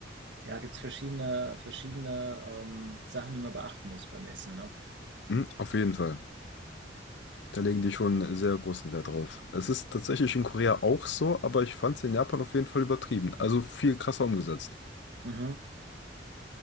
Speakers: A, on the right; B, on the left.
A: ja, gibt es verschiedene, verschiedene ähm, Sachen, die man beachten muss beim Essen, ne?
B: Mhm. Auf jeden Fall. Da legen die schon sehr großen Wert drauf. Es ist tatsächlich in Korea auch so, aber ich fand es in Japan auf jeden Fall übertrieben. Also viel krasser umgesetzt.
A: Mhm.